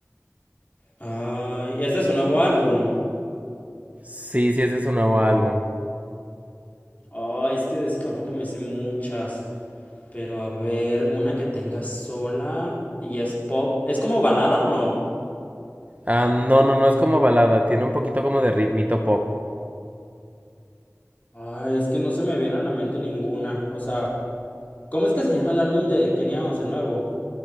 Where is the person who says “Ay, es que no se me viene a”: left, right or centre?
Left